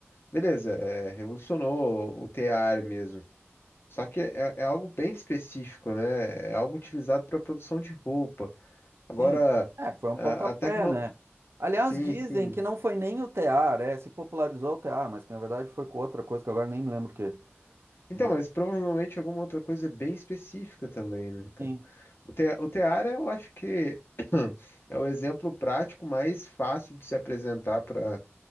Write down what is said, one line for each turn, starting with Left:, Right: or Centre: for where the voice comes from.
Left: beleza, é, revolucionou o tear mesmo. Só que é, é algo bem específico, né? É algo utilizado para produção de roupa. Agora,
Right: sim, é, que foi um
Left: a,
Right: pontapé,
Left: a tecno...
Right: né? Aliás,
Left: Sim,
Right: dizem
Left: sim.
Right: que não foi nem o tear, é, se popularizou o tear, mas que na verdade foi com outra coisa que agora nem me lembro o quê.
Left: Então,
Right: Mas,
Left: mas provavelmente alguma outra coisa bem específica também, né, cara?
Right: Sim.
Left: O Te- o Teara, eu acho que <clears throat> é o exemplo prático mais fácil de se apresentar para